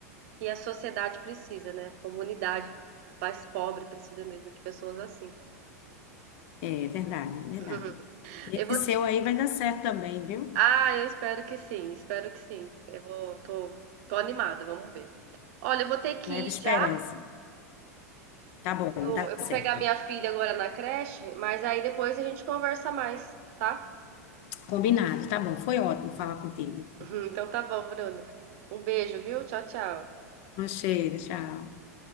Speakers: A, on the right (about 55°); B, on the left (about 50°).
A: que a sociedade precisa, né? A Comunidade mais pobre precisa mesmo de pessoas assim.
B: É verdade, verdade.
A: <laughs>
B: E
A: Eu
B: Esse
A: vou.
B: seu aí vai dar certo também, viu?
A: Ah, eu espero que sim, espero que sim. Eu vou, tô, tô animada, vamos ver. Olha, eu vou ter que
B: Leva
A: ir
B: esperança.
A: já.
B: Tá bom,
A: Eu,
B: tá
A: eu vou
B: certo.
A: pegar minha filha agora na creche, mas aí depois a gente conversa mais, tá?
B: Combinado, tá bom. Foi ótimo falar contigo.
A: <laughs> Então tá bom, Bruna. Um beijo, viu? Tchau, tchau.
B: Um cheiro, tchau.